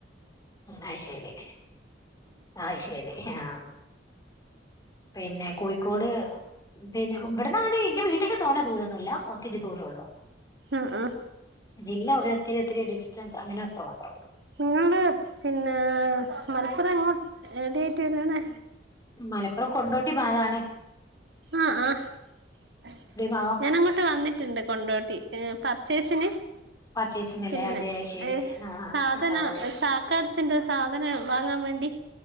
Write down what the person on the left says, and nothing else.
ആ് ശരി ആ ശരി ആഹ പിന്നെ കോഴിക്കോട് പിന്നെ ഇവിടന്നങ്ങോട്ട്എന്റെ വീട്ടേക്ക് തോന ദൂരമൊന്നുമില്ല ത്തിരി ദൂരെള്ളു
ജില്ല രുഒത്തിരി ഒത്തിരി ഡിസ്റ്റൻസ് അങ്ങനെ അത്രമാത്രേള്ളൂ
മലപ്പുറം കൊണ്ടോട്ടി ഭാഗണേ
ഭാഗം
പർച്ചയിസിനല്ലേ
അതെ ശരി
ആഹ് ആഹ്
ആഹ്